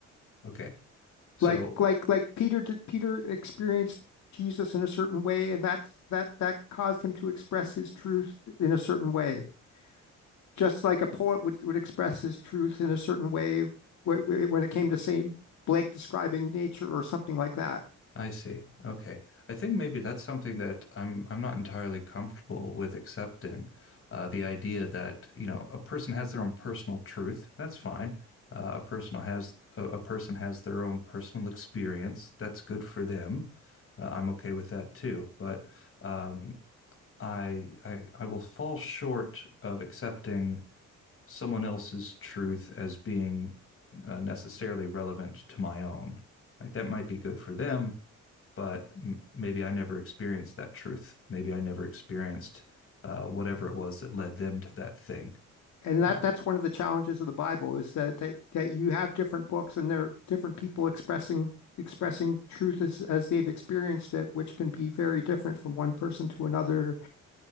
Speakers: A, on the left (about 45°); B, on the left (about 65°).
A: Okay, so
B: Like like like Peter did. Peter experienced Jesus in a certain way, and that that that caused him to express his truth in a certain way. just like a poet would, would express his truth in a certain way when it came to Saint Blake describing nature or something like that.
A: I see. Okay. I think maybe that's something that I'm I'm not entirely comfortable with accepting. Uh, the idea that, you know, a person has their own personal truth. That's fine. Uh, a person has a, a person has their own personal experience. That's good for them. Uh, I'm okay with that too. But um, I, I I will fall short of accepting someone else's truth as being uh, necessarily relevant to my own. Like that might be good for them but m maybe I never experienced that truth. Maybe I never experienced uh, whatever it was that led them to that thing.
B: And
A: Um,
B: that that's one of the challenges of the Bible is that that, that you have different books and there are different people expressing expressing truth as, as they've experienced it, which can be very different from one person to another